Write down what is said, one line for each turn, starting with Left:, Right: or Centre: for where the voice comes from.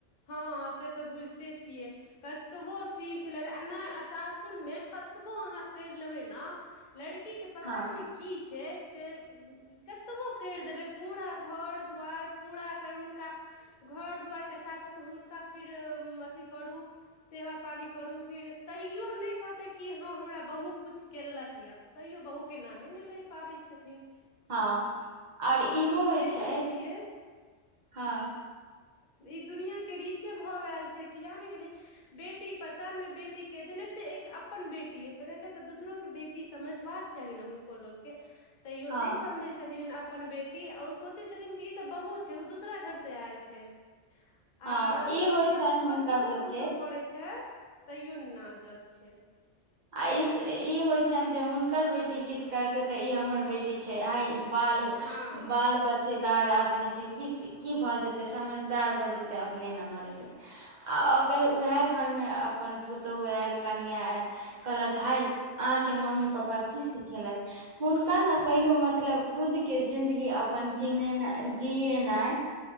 Left: हँ से तऽ बुझते छियै कतबो सीख लेबै आ नय सासुरमे कतबो अहाँ कैर लेबै ने लड़की के पता
Right: हँ
Left: नै की छै से कतबो कैर देबै पूरा घर दुवार पूरा कर हुनका घर दुवार के साथ साथ हुनका फिर अथी करू सेवा पानी करू फेर तैयो नय कहतै कि हँ हमरा बहु किछ कैलक य तैयो बहु के नामे नय लै पाबै छथिन
Right: हँ ओर इहो
Left: ई
Right: होइ
Left: देखै
Right: छै
Left: छियै
Right: हँ
Left: ई दुनिया के रीते भाव आयल छै कि जाने गेलिय बेटी पता नय बेटी के जे नहिते एक अपन बेटी है तै नहिते तऽ दूसरो के बेटी समझबाक चाही न हुनको लोकके तैयो
Right: हँ
Left: नय समझै छै छथिन अपन बेटी आर ओ सोचै छथिन कि ई तऽ बहुू छै ओ दूसरा घरसँ आयल छै
Right: हँ
Left: आर
Right: ई होइ
Left: यहा
Right: छनि
Left: पे
Right: हुनका
Left: कतबो
Right: सबके
Left: कुछो करे छै तैयो ने नाम जस छै
Right: आ ई ई होइ छैन जे हुनकर बेटी किछ करते तऽ ई हमर बेटी छै आई बाल
Left: हँ
Right: बाल बच्च च्चेदार आदमी छै की की भऽ जेतै समझदार भऽ जेतै अपने नमहर हेते तऽ आ अगर उएह घरमे अपन पुतोह ऐल कनिआँ ऐल कहलक हइ अहाँके मम्मी पपा की सिखेलेथ हुनका ने कहियो मतलब खुदके जिन्दगी अपन जिनाइ जियिएनाइ